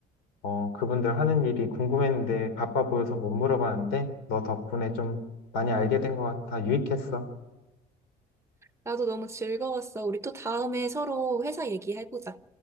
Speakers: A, on the left (about 85°); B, on the right (about 15°).
A: 어, 그분들 하는 일이 궁금했는데 바빠 보여서 못 물어봤는데, 너 덕분에 좀 많이 알게 된 것 같아. 유익했어.
B: 나도 너무 즐거웠어. 우리 또 다음에 서로 회사 얘기해보자.